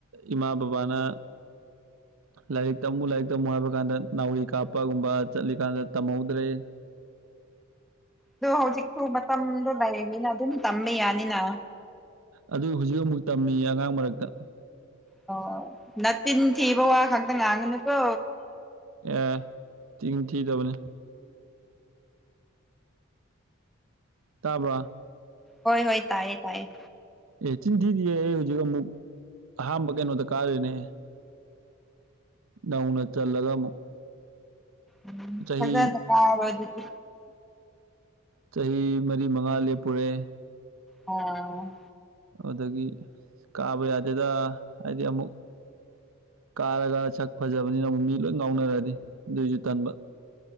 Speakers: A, on the right (about 75°); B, in the centre.
A: ꯏꯃꯥ ꯕꯕꯥꯅ ꯂꯥꯏꯔꯤꯛ ꯇꯝꯃꯨ ꯂꯥꯏꯔꯤꯛ ꯇꯝꯃꯨ ꯍꯥꯏꯕ ꯀꯥꯟꯗ ꯅꯥꯎꯔꯤ ꯀꯥꯞꯄꯒꯨꯝꯕ ꯆꯠꯂꯤꯀꯥꯟꯗ ꯇꯝꯍꯧꯗ꯭ꯔꯦ
B: ꯑꯗꯨ ꯍꯧꯖꯤꯛꯁꯨꯨ ꯃꯇꯝꯗꯣ ꯂꯩꯔꯤꯅ ꯑꯗꯨꯝ ꯇꯝꯕ ꯌꯥꯅꯤꯅ
A: ꯑꯗꯨ ꯍꯨꯖꯤꯛ ꯑꯃꯨꯛ ꯇꯝꯃꯤꯌꯦ ꯑꯉꯥꯡ ꯃꯔꯛꯇ
B: ꯑꯣ ꯅ ꯇꯤꯟ ꯊꯤꯕ ꯋꯥ ꯈꯛꯇ ꯉꯥꯡꯉꯨꯅꯨꯀꯣ
A: ꯑꯦ ꯇꯤꯡ ꯊꯤꯗꯕꯅꯦ ꯇꯥꯕ꯭ꯔꯣꯑꯥ
B: ꯍꯣꯏ ꯍꯣꯏ ꯇꯥꯏꯌꯦ ꯇꯥꯏꯌꯦ
A: ꯑꯦ ꯆꯤꯟ ꯊꯤꯗꯤꯌꯦ ꯑꯩ ꯍꯧꯖꯤꯛ ꯑꯃꯨꯛ ꯑꯍꯥꯝꯕ ꯀꯩꯅꯣꯗ ꯀꯥꯔꯤꯅꯦ ꯅꯧꯅ ꯆꯜꯂꯒ ꯑꯃꯨꯛ
B: ꯎꯝ
A: ꯆꯍꯤ
B: ꯐꯖꯅ ꯀꯥꯔꯣ ꯑꯗꯨꯗꯤ
A: ꯆꯍꯤ ꯃꯔꯤ ꯃꯉꯥ ꯂꯦꯞꯄꯨꯔꯦ
B: ꯑꯣ
A: ꯑꯗꯨꯗꯒꯤ ꯀꯥꯕ ꯌꯥꯗꯦꯗ ꯍꯥꯏꯗꯤ ꯑꯃꯨꯛ ꯀꯥꯔꯒ ꯁꯛ ꯐꯖꯕꯅꯤꯅ ꯑꯃꯨꯛ ꯃꯤ ꯂꯣꯏ ꯉꯥꯎꯅꯔꯗꯤ ꯑꯗꯨꯏꯁꯨ ꯇꯟꯕ